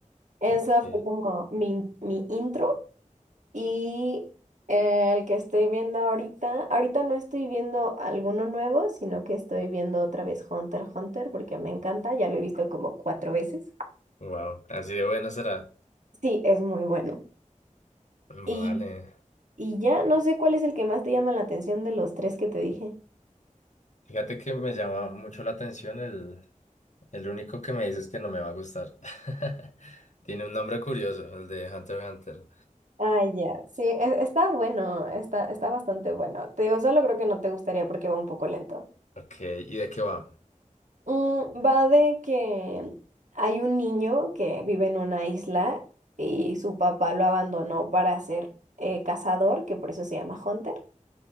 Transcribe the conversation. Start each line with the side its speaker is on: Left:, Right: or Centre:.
Right: Eso
Left: Ok,
Right: fue como mi, mi intro. Y eh, el que estoy viendo ahorita, ahorita no estoy viendo alguno nuevo, sino que estoy viendo otra vez Hunter x Hunter porque me encanta, ya lo he visto como cuatro veces.
Left: wow, así de bueno será.
Right: Sí, es muy bueno.
Left: Vale.
Right: Y, y ya no sé cuál es el que más te llama la atención de los tres que te dije.
Left: Fíjate que me llama mucho la atención el, el único que me dices que no me va a gustar. <laughs> Tiene un nombre curioso, el de Hunter x Hunter.
Right: Ah, ya, Sí, e- está bueno, está, está bastante bueno. Te digo, solo creo que no te gustaría porque va un poco lento.
Left: Ok, ¿y de qué va?
Right: Mm, va de que hay un niño que vive en una isla y su papá lo abandonó para ser eh, cazador, que por eso se llama Hunter.